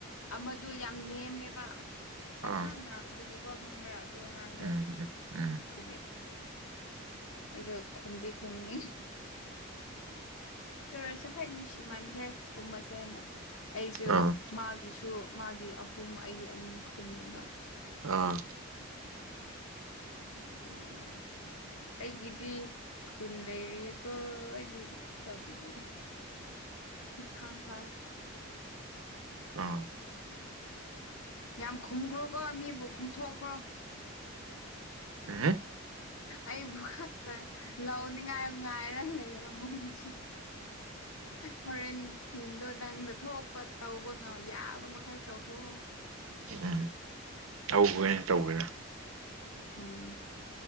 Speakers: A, on the left; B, on the right.
A: ꯑꯃꯗꯨ ꯌꯥꯝ ꯅꯦꯝꯃꯦꯕ ꯄꯪꯉꯥꯡ
B: ꯑꯥ
A: ꯉꯥꯡꯕꯒꯤꯀꯣ ꯈꯪꯕ꯭ꯔꯥ ꯑꯗꯨ ꯑꯉꯥꯡꯗꯣ
B: ꯎꯝ ꯎꯝ ꯎꯝ
A: ꯑꯗꯨꯗꯒꯤ ꯑꯩꯗꯣ ꯈꯨꯝꯗꯤ ꯈꯨꯝꯅꯤ ꯇꯔꯁꯨ ꯍꯥꯏꯥꯏ ꯅꯨꯡꯁꯤ ꯃꯥꯟꯈ꯭ꯔꯦ ꯀꯨꯝꯃꯁꯦꯅ ꯑꯩꯁꯨ
B: ꯑꯥ
A: ꯃꯥꯒꯤꯁꯨ ꯃꯥꯒꯤ ꯑꯍꯨꯝ ꯑꯩꯒꯤ ꯑꯅꯤ ꯈꯨꯝꯃꯦꯕ
B: ꯑꯥ
A: <unintelligible> ꯑꯩꯒꯤꯗꯤ ꯈꯨꯨꯟ ꯂꯩꯔꯤꯀꯣ ꯑꯩꯗꯤ ꯇꯂꯨꯗꯦꯗ ꯃꯊꯥ ꯁꯥꯏ
B: ꯑꯥ
A: ꯌꯥꯝ ꯈꯨꯝꯈ꯭ꯔꯣꯀꯣ ꯃꯤꯕꯨ ꯀꯨꯝꯊꯣꯛꯈ꯭ꯔꯣ
B: ꯎꯝ
A: ꯑꯩꯕꯨ ꯈꯛꯇ ꯂꯧꯅꯤꯡꯉꯥꯏ ꯉꯥꯏꯔ ꯂꯩꯔꯝꯃꯣ ꯉꯁꯤ ꯍꯣꯔꯦꯟ ꯅꯨꯡꯊꯤꯟꯗꯣ ꯅꯪꯅ ꯊꯣꯛꯄ ꯇꯧꯕ ꯉꯥ ꯌꯥꯕ ꯃꯈꯩ ꯇꯧꯊꯣꯛꯑꯝꯃꯣ
B: <unintelligible> ꯇꯧꯈꯣꯏꯌꯦ ꯇꯧꯒꯦꯔꯥ
A: ꯎꯝ